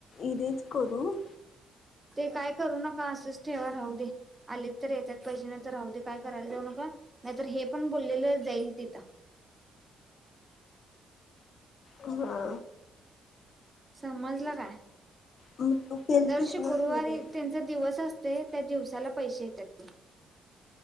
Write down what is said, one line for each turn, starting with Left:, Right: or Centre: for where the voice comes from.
Left: इरेज करू
Right: ते काय करू नका असंच ठेवा राहू दे. आलीत तर येत्यात पैसे नाही तर राहू दे काय करायला जाऊ नका नाहीतर हे पण बोललेलं हे जाईल तिथं.
Left: हा
Right: समजलं काय?
Left: मग तू केलतीस
Right: दर शुकुरवारी
Left: ना इरेज
Right: त्यानं तो दिवस असतय त्या दिवसाला पैसे येत्यात ते